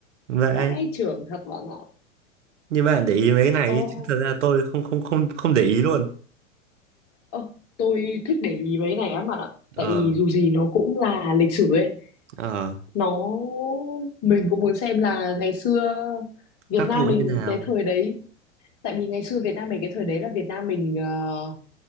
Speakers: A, on the right; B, on the left.
A: vậy.
B: vãi trưởng thật bạn ạ
A: Như bạn để ý mấy cái này
B: ô
A: chứ thật ra tôi không không không không để ý luôn.
B: Ơ, tôi thích để ý mấy cái này lắm bạn ạ. Tại
A: Ờ.
B: vì dù gì nó cũng là lịch sử ấy.
A: Ờ
B: Nó mình cũng muốn xem là ngày xưa Việt
A: các
B: Nam
A: cụ
B: mình
A: như nào
B: cái thời đấy. Tại vì ngày xưa Việt Nam mình cái thời đấy là Việt Nam mình ờ,